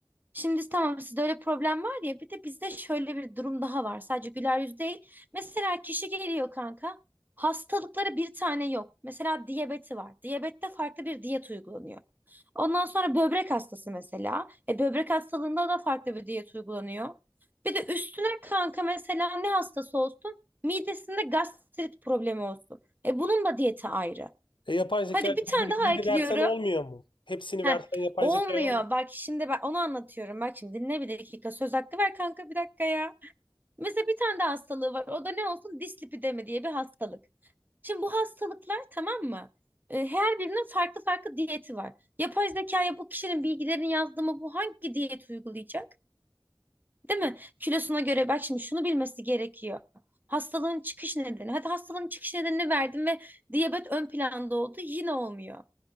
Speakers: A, on the right; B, on the left.
A: Şimdi tamam sizde öyle problem var ya bir de bizde şöyle bir durum daha var. Sadece güler yüz değil. Mesela kişi geliyor kanka. Hastalıkları bir tane yok. Mesela diyabeti var. Diyabette farklı bir diyet uygulanıyor. Ondan sonra böbrek hastası mesela. E, böbrek hastalığında da farklı bir diyet uygulanıyor. Bir de üstüne kanka mesela ne hastası olsun? Midesinde gastrit problemi olsun. E, bunun da diyeti ayrı.
B: E, yapay zeka
A: Hadi bir tane
B: bu bilgileri
A: daha ekliyorum.
B: versen olmuyor mu? Hepsini
A: Heh,
B: versen yapay
A: olmuyor.
B: zekaya olmuyor.
A: Bak şimdi ben onu anlatıyorum. Bak şimdi dinle bir dakika. Söz hakkı ver kanka bir dakika ya. Mesela bir tane de hastalığı var. O da ne olsun? Dislipidemi diye bir hastalık. Şimdi bu hastalıklar tamam mı? E, Her birinin farklı farklı diyeti var. Yapay zekaya bu kişinin bilgilerini yazdı mı bu hangi diyet uygulayacak? Değil mi? Kilosuna göre bak şimdi şunu bilmesi gerekiyor. Hastalığın çıkış nedeni. Hadi hastalığın çıkış nedenini verdim ve diyabet ön planda oldu. Yine olmuyor.